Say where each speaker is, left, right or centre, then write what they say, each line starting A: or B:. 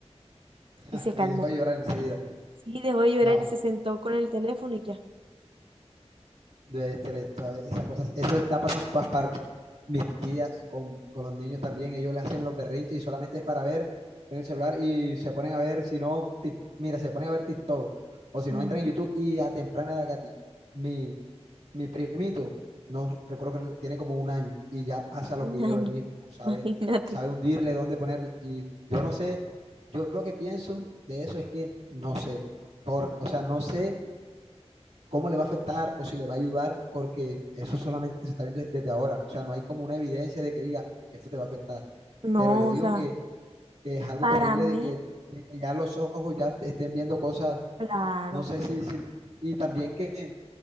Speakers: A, on the right (about 75°); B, on the right (about 50°).
A: <laughs>
B: Y se calmó.
A: Y dejó de llorar enseguida.
B: Sí, dejó de llorar
A: No,
B: y se sentó con el teléfono y ya.
A: de este, le- to- esa cosa, eso está pasando en todas partes. Mis tías con, con los niños también, ellos les hacen los berrinches y solamente es para ver en el celular y se ponen a ver, si no, ti- mira, se ponen a ver TikTok o si
B: Mm.
A: no entran en YouTube y a temprana edad, Katy, mi, Mi primito, no recuerdo que tiene como un año y ya pasa los
B: Un
A: videos
B: año,
A: él mismo,
B: <laughs>
A: sabe,
B: imagínate.
A: sabe hundirle, dónde ponerle. Y yo no sé, yo lo que pienso de eso es que no sé, por, o sea, no sé cómo le va a afectar o si le va a ayudar, porque eso solamente se está viendo des- desde ahora. O sea, no hay como una evidencia de que diga, esto te va a afectar.
B: No,
A: Pero yo digo
B: o sea,
A: que, que es algo
B: para
A: terrible
B: mí,
A: de que, de que ya los ojos ya te estén viendo cosas,
B: claro.
A: no sé si, si y también que